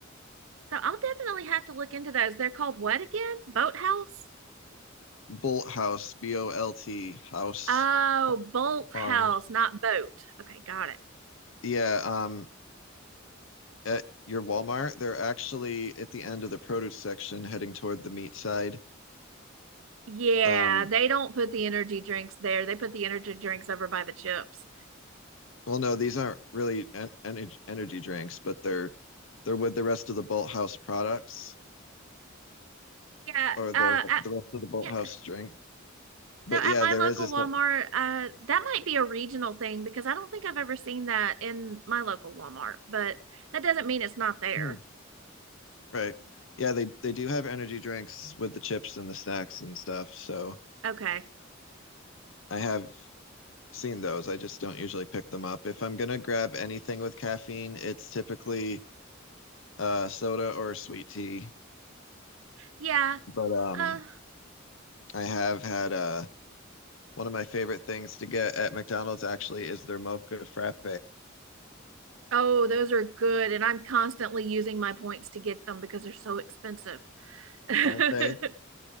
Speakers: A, on the right; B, on the left.
A: So I'll definitely have to look into those. They're called what again? Boathouse?
B: Bolt House, B O L T House
A: Oh, Bolt House,
B: Farms.
A: not boat. Okay, got it.
B: Yeah, um at your Walmart, they're actually at the end of the produce section heading toward the meat side.
A: Yeah,
B: Um
A: they don't put the energy drinks there. They put the energy drinks over by the chips.
B: well no, these aren't really en energy energy drinks, but they're they're with the rest of the Bolt House products.
A: Yeah,
B: or the
A: uh, I,
B: the rest of the Bolt
A: yeah,
B: House drink. But
A: So at
B: yeah,
A: my
B: there
A: local
B: is a set.
A: Walmart, uh, that might be a regional thing because I don't think I've ever seen that in my local Walmart, but that doesn't mean it's not there.
B: Hmm, Right. Yeah, they they do have energy drinks with the chips and the snacks and stuff. So
A: Okay.
B: I have seen those. I just don't usually pick them up. If I'm gonna grab anything with caffeine, it's typically uh soda or sweet tea.
A: Yeah.
B: But um
A: Uh,
B: I have had uh one of my favorite things to get at McDonald's actually is their mocha frappe,
A: oh, those are good. And I'm constantly using my points to get them because they're so expensive. <laughs> I
B: aren't they?